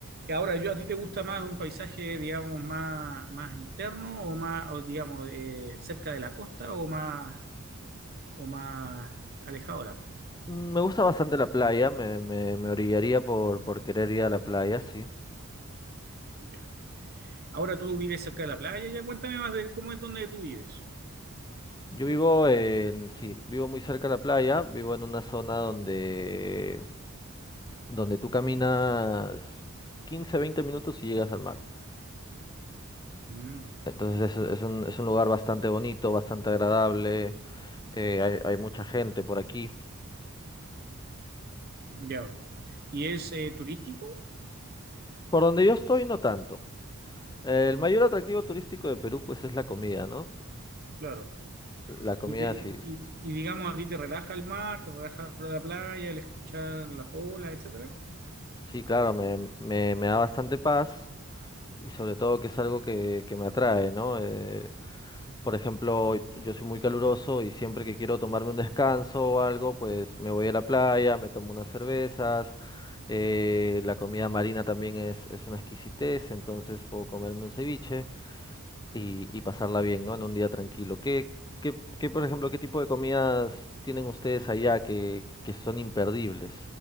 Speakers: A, on the right; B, on the left.
A: Y ahora, yo, ¿a ti te gusta más un paisaje, digamos, más, más interno o más, o, digamos, eh, cerca de la costa o más, o más alejado de la costa?
B: Mm, Me gusta bastante la playa, me, me, me orillaría por, por querer ir a la playa, sí.
A: Ya. Ahora tú vives cerca de la playa, ya cuéntame más de cómo es donde tú vives.
B: Yo vivo en, sí, vivo muy cerca de la playa, vivo en una zona donde, donde tú caminas 15, 20 minutos y llegas al mar.
A: Mm,
B: Entonces es, es un, es un lugar bastante bonito, bastante agradable, eh, hay, hay mucha gente por aquí.
A: ya. ¿Y es eh, turístico?
B: Por donde yo estoy, no tanto. El mayor atractivo turístico de Perú, pues es la comida, ¿no?
A: Claro.
B: La comida,
A: Y, te-
B: sí.
A: y, y, digamos, ¿a ti te relaja el mar, te relaja la playa, el escuchar las olas, etcétera?
B: Sí, claro, me, me, me da bastante paz y sobre todo que es algo que, que me atrae, ¿no? Eh, por ejemplo, yo soy muy caluroso y siempre que quiero tomarme un descanso o algo, pues me voy a la playa, me tomo unas cervezas, eh, la comida marina también es, es una exquisitez, entonces puedo comerme un ceviche y, y pasarla bien, ¿no? En un día tranquilo. ¿Qué, qué, qué, por ejemplo, qué tipo de comidas tienen ustedes allá que, que son imperdibles?